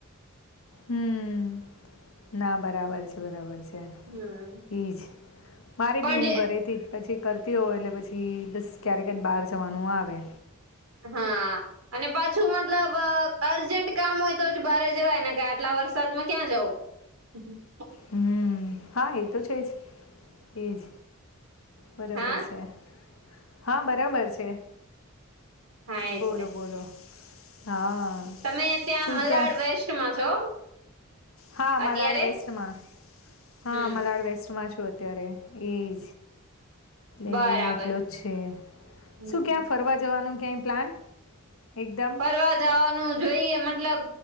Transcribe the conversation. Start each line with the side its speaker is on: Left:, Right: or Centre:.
Left: હમ્મ ના બરાબર છે. બરાબર છે.
Right: હમ
Left: એઈજ મારે
Right: પણ
Left: બી હું
Right: જે
Left: ઘરેથી પછી કરતી હો એટલે પછી બસ ક્યારેક જ બહાર જવાનું આવે.
Right: હા. અને પાછું મતલબ અર્જન્ટ કામ હોય તો જ બારે જવાય ને કે આટલા વરસાદમાં ક્યાં જવું? <inaudible>
Left: હમ્મ હા એ તો છે જ એજ. બરોબર
Right: હા
Left: છે. હા બરાબર છે.
Right: હા એજ
Left: બોલો
Right: ને
Left: બોલો હા. શું
Right: તમે ત્યાં મલાડ
Left: ક્યાં
Right: વેસ્ટમાં છો?
Left: હા મલાડ
Right: અત્યારે
Left: વેસ્ટમાં.
Right: હમ
Left: હા મલાડ વેસ્ટમાં છું અત્યારે. એજ અહિયાં
Right: બરાબર
Left: એટલો જ છે
Right: હમ
Left: શું ક્યાં ફરવા જવાનું ક્યાંય પ્લાન? એકદમ
Right: કરવા જવાનું જોઈએ મતલબ